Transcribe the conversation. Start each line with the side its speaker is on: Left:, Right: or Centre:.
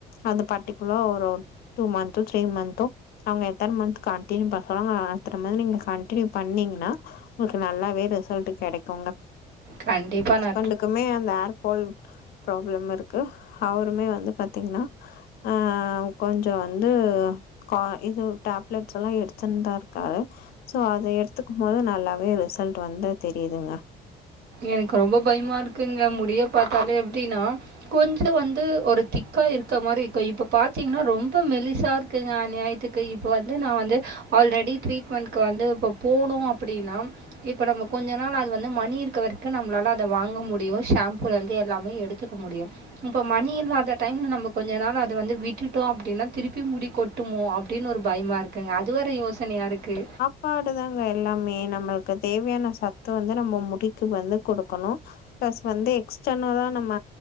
Left: அந்த பர்ட்டிகுலோ ஒரு டூ மந்த்து த்ரீ மந்த்து அவுங்க எத்தன மந்த்த் கண்டினியூ பண்றாங்க அத்தன மேல் நீங்க கண்டினியூ பண்ணீங்ன்னா உங்களுக்கு நல்லாவே ரிசல்ட் கெடைக்குங்க
Right: கண்டிப்பா நா
Left: ரெண்டுக்குமே அந்த ஹேர்பால் ப்ராப்ளம் இருக்கு அவருமே வந்து பாத்தீங்ன்னா ஆ கொஞ்சோ வந்து கா இது டேப்லெட்ஸ் எல்லா எடுத்துன்தா இருக்காரு சோ அத எடுத்துக்கும் போது நல்லா வே ரிசல்ட் வந்து தெரியிதுங்க
Right: எனக்கு ரொம்போ பயமா இருக்குங்க முடிய பாத்தாலே எப்டின்னா கொஞ்சோ வந்து ஒரு திக்கா இருக்க மாரி இருக்கு இப்ப பாத்தீங்ன்னா ரொம்ப மெலிசா இருக்குங்க அநியாயத்துக்கு இப்போ வந்து நா வந்து ஆல்ரெடி ட்ரீட்மெண்ட்கு வந்து இப்போ போணு அப்டின்னா இப்ப நம்ம கொஞ்ச நாள் அது வந்து மணி இரு க்க வரைக்கு நம்மளால அத வாங்க முடியும் ஷாம்புலருந்து எல்லாமே எடுத்துக்க முடியு இப்ப மணி இல்லாத டைம்ல நம்ம கொஞ்சோ நாள் அத வந்து விட்டுட்டோ அப்டின்னா திருப்பி முடிக்கொ டுமோ அப்டின் ஒரு பயமா இருக்குங்க அது வேற யோசனையா இருக்கு
Left: ப்பாடுதாங்க எல்லாமே நம்மளுக்கு தேவையான சத்து வந்து நம்ம முடிக்கு வந்து கொடுக்கணு பிளஸ் வந்து எக்ஸ்டனல்ல நம்ம